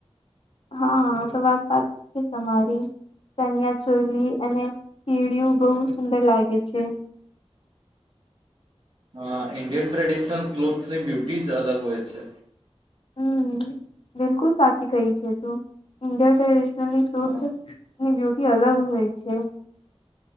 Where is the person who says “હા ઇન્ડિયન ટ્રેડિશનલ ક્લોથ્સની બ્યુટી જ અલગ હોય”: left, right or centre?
Right